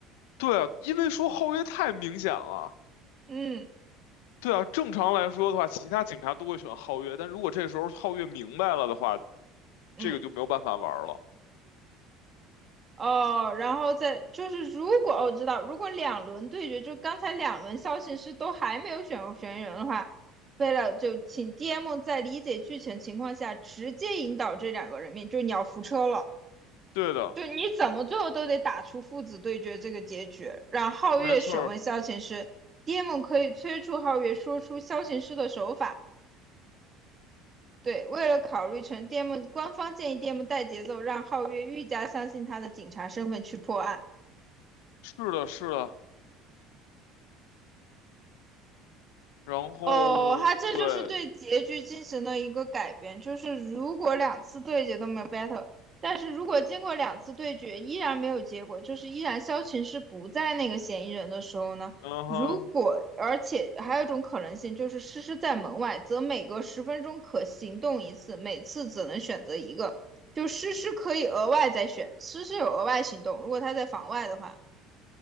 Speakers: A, on the left (about 85°); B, on the right (about 25°).
A: 对啊，因为说皓月太明显了，
B: 嗯
A: 对啊，正常来说的话，其他警察都会选皓月，但如果这时候皓月明白了的话，
B: 嗯，
A: 这个就没有办法玩儿了，
B: 哦，然后再就是如果哦我、知道，如果两轮对决，就刚才两轮肖琴师都还没有选选人的话，为了就请 DM 在理解剧情情况下直接引导这两个人面，就是你要扶车了。
A: 对的，
B: 就你怎么最后都得打出父子对决这个结局。让皓月审问萧琴师，
A: 没错儿，
B: d m 可以催促皓月说出萧琴师的手法。对，为了考虑成 DM，官方建议 DM 带节奏，让皓月愈加相信他的警察身份去破案。
A: 是的，是的，然后对，
B: 哦，他这就是对结局进行了一个改编，就是如果两次对决都没有 battle，但是如果经过两次对决依然没有结果，就是依然萧晴是不在那个嫌疑人的时候呢，
A: 嗯哼，
B: 如果而且还有一种可能性就是诗诗在门外，则每隔十分钟可行动一次，每次只能选择一个，就诗诗可以额外再选，诗诗有额外行动，如果他在房外的话，